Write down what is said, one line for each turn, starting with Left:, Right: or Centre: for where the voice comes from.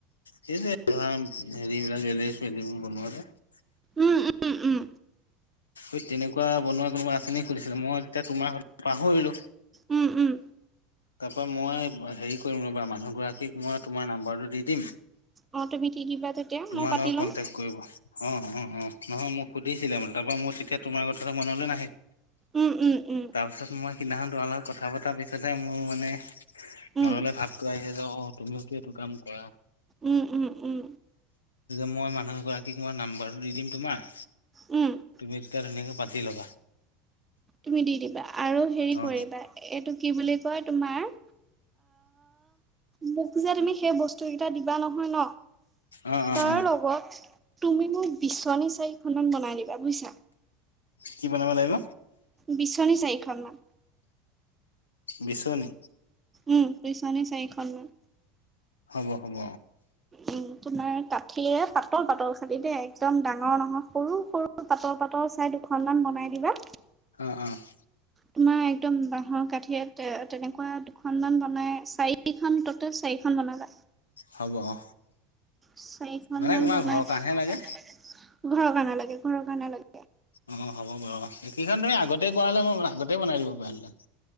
Left: সেই যে ধৰা হেৰিবলাক <unintelligible>
Right: উম, উম, উম,
Left: এই তেনেকুৱা বনোৱা কোনোবা আছেনি সুধিছিলে মই তেতিয়া তোমাৰ পাহৰিলো
Right: উম, উম।
Left: তাৰপা মই হেৰি কৰিম ৰবা মানুহ গৰাকীক মই তোমাৰ নাম্বাৰটো দি দিম।
Right: অ' তুমি দি দিবা তেতিয়া
Left: তোমাৰ
Right: মই পাতি
Left: লগত
Right: ল'ম
Left: কন্টেক কৰিব। অ', অ', অ' নহয় মোক সুধিছিলে মানে তাৰপৰা মোৰ তোমাৰ কথাটো মনলৈ নাহিল।
Right: উম, উম, উম,
Left: তাৰপিছত মই সিদিনাখন তোমাৰ লগত কথা পতাৰ পিছতহে মোৰ মানে
Right: উম।
Left: মনলৈ ভাবটো আহিছে যে অ' তুমিতো এইটো কাম কৰা।
Right: উম উম উম।
Left: মই মানুহ গৰাকীক মই নাম্বাৰটো দি দিম তোমাৰ।
Right: উম।
Left: তুমি তেতিয়া ধুনীয়াকে পাতি লবা।
Right: তুমি দি দিবা আৰু হেৰি কৰিবা
Left: অ
Right: এইটো কি বুলি কয় তোমাৰ মোক যে তুমি সেই বস্তুকেইটা দিবা নহয় ন।
Left: অ অ অ
Right: তাৰ
Left: অ
Right: লগত তুমি মোক বিচনী চাৰিখনমান বনাই দিবা বুজিছা।
Left: কি বনাব লাগিব?
Right: বিচনি চাইখন মান
Left: বিছনি।
Right: উম বিচনী চাৰিখনমান।
Left: হ'ব হ'ব।
Right: উম তোমাৰ কাঠিৰে পাতল পাতল খাঠি দেই একদম ডাঙৰ নহয় সৰু সৰু। <unintelligible> পাতল পাতল চাই দুখনমান বনাই দিবা।
Left: অ', অ'।
Right: তোমাৰ একদম বাহৰ কাঠিয়ে তেনেকুৱা দুখনমান বনাই চাৰি খন ট'টেল চাৰিখন বনাবা।
Left: হ'ব অ
Right: চাৰিখন
Left: মানে
Right: মান
Left: তোমাৰ
Right: বনাই
Left: ঘৰৰ কাৰণেহে লাগে
Right: ঘৰৰ কাৰনে লাগে ঘৰ কাৰনে লাগে।
Left: অ' হ'ব বাৰু এইকেইখন ধৰি আগতে কৰা হ'লে মই আগতে বনাই দিব পাৰি